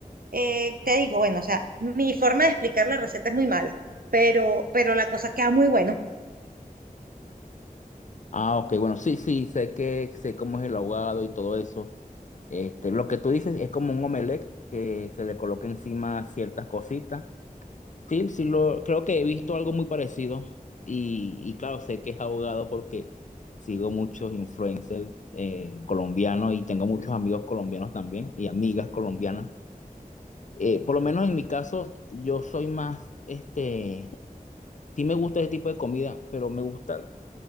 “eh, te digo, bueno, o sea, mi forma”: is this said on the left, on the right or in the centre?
Right